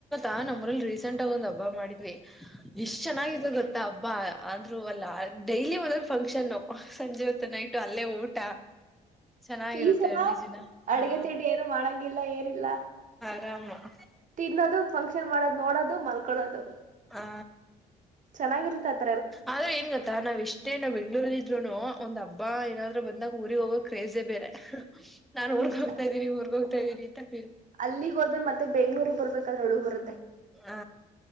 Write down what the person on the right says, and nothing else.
ಫೀಸ್ ಎಲ್ಲ
ಅಡ್ಗೆ
ತಿಂಡಿ ಏನು ಮಾಡಂಗಿಲ್ಲ ಏನಿಲ್ಲ
ತಿನ್ನೋದು ಫಂಕ್ಷನ್ ಮಾಡೋದು ನೋಡೋದು ಮಲ್ಕಡೋದು
ಚೆನ್ನಾಗಿರುತ್ತತಿ
ನಿಜ
ಅಲ್ಲಿಗ್ ಹೋದ್ೇ ಮತ್ತೆ ಬೆಂಗ್ೂರಿಗೆ ಬರ್ಬೇಕಾದ್ರೆ ಹಡುಗ್ ಬರುತ್ತೆ